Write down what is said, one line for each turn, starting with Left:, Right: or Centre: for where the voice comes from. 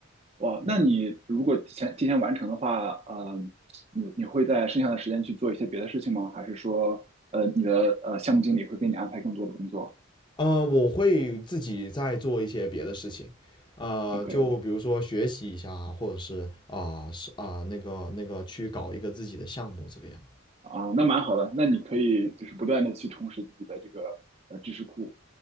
Right: 哇，那你如果提前提前完成的话，呃，你你会在剩下的时间去做一些别的事情吗？还是说，呃，你的呃项目经理会给你安排更多的工作
Left: 呃，我会自己再做一些别的事情。呃，
Right: ？OK，
Left: 就比如说学习一下啊或者是啊、是啊、那个那个去搞一个自己的项目这个样。
Right: 啊，那蛮好的，那你可以就是不断的去充实自己的这个呃知识库，